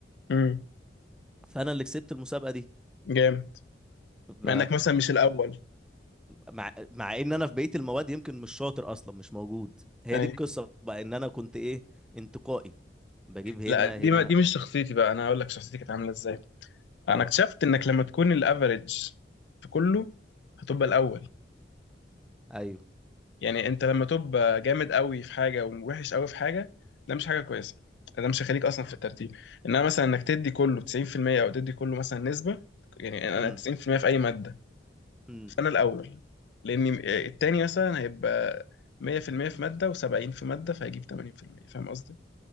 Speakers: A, on the left; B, in the centre.
A: امم
B: فانا اللي كسبت المسابقه دي
A: جامد
B: ف-
A: مع انك مثلا مش الاول
B: مع مع ان انا في بقيه المواد يمكن مش شاطر اصلا مش موجود هي
A: اي
B: دي القصه بقى ان انا كنت ايه انتقائي بجيب هنا
A: لا دي
B: هنا
A: ما دي مش شخصيتي بقى انا هقول لك شخصيتي كانت عامله ازاي
B: اه
A: انا اكتشفت انك لما تكون الافريج في كله هتبقى الاول
B: ايوه
A: يعني انت لما تبقى جامد قوي في حاجه ووحش قوي في حاجه ده مش حاجه كويسه ده مش هيخليك اصلا في الترتيب انما مثلا انك تدي كله 90% او تدي كله مثلا نسبه يعني
B: امم
A: انا 90% في المية في اي ماده
B: امم
A: سنة الأول لأن التاني مثلا هيبقى 100% في المية في مادة و70 في مادة فهيجيب 80% فاهم قصدي؟